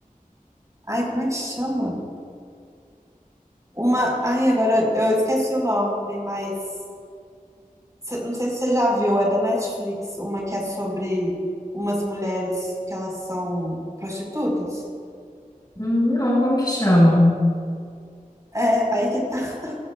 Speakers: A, on the right; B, on the left.
A: Ai, como é que chama? Uma. Ai, agora eu esqueci o nome, mas. cê- não sei se você já viu, é da Netflix, uma que é sobre umas mulheres que elas são prostitutas.
B: Hum, Não, como que chama?
A: É, aí que tá. <laughs>